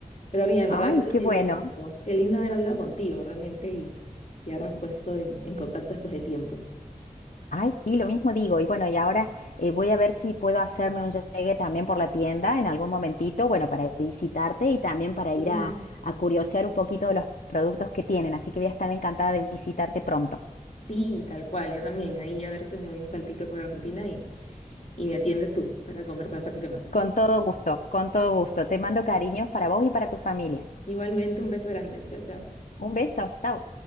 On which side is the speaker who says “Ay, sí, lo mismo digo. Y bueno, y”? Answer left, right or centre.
Left